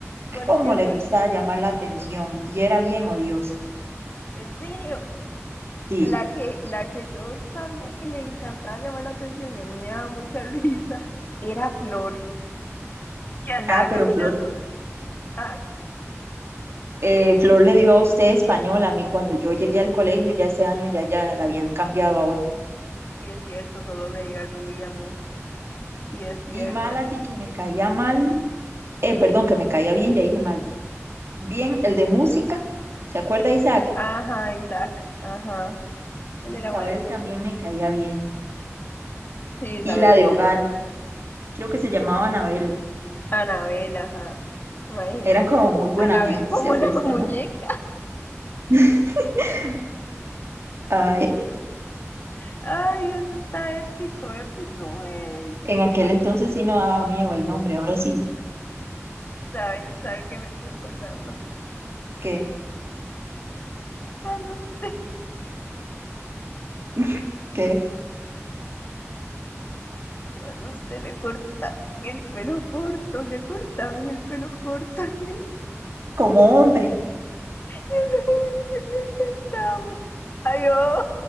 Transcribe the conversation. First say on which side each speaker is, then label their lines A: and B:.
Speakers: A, on the left (about 40°); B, on the right (about 55°).
A: ¿Por
B: Cómo
A: qué?
B: le
A: ¿Por
B: gustaba
A: qué?
B: llamar la atención y era bien odiosa.
A: ¿En serio?
B: Sí.
A: La que, la que yo sabía que le encantaba llamar la atención y a mí me daba mucha <laughs> risa era Flor, que andaba
B: Ah,
A: caminando.
B: pero Flor,
A: Ah,
B: eh, Flor le dio a usted español. A mí cuando yo llegué al colegio ya ese año ya, ya la habían cambiado a otro.
A: sí es cierto, solo leía a Rubí y a mí. Sí es cierto.
B: Y mal así que me caía mal. Eh, perdón, que me caía bien, ya dije mal. Bien, el de música. ¿Se acuerda, Isaac?
A: Ajá, Isaac, ajá. Él
B: Isabel
A: era buena gente.
B: también me caía bien.
A: Sí, Isabel
B: y la de
A: era
B: hogar,
A: buena
B: creo que se llamaba Anabel.
A: Anabel, ajá. Mae,
B: Eran como muy buena
A: Anabel
B: gente,
A: como
B: el
A: la
B: resto
A: <laughs> muñeca.
B: no. <laughs> Ay,
A: Ay, eso está épico, épico, güey.
B: en aquel
A: Mochi,
B: entonces sí no daba miedo el nombre, ahora sí,
A: ¿sabe, sabe que me estoy acordando?
B: que,
A: Cuando usted,
B: <laughs> que
A: cuando usted le cortaban el pelo corto, le cortaban el pelo corto y el,
B: como hombre.
A: y el rubio le cantábamos. Ay, oh,